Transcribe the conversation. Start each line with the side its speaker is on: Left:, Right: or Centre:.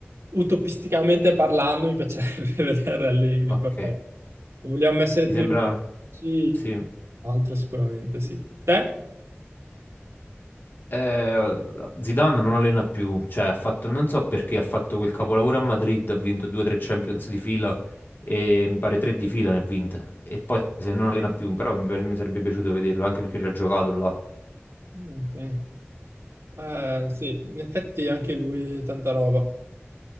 Right: utopisticamente parlando, mi piacerebbe <laughs> vedere Allegri,
Left: Ok.
Right: però se vogliamo essere
Left: Mi
Right: più
Left: sembra,
Right: realistici,
Left: sì.
Right: altro sicuramente, sì. Te?
Left: Eh, Zidane non allena più, cioè ha fatto, non so perché ha fatto quel capolavoro a Madrid, ha vinto 2-3 Champions di fila e mi pare tre di fila ne ha vinte. E poi se non allena più, però mi, piace- mi sarebbe piaciuto vederlo anche perché ci ha giocato là.
Right: Ok. Eh, sì, in effetti anche lui tanta roba.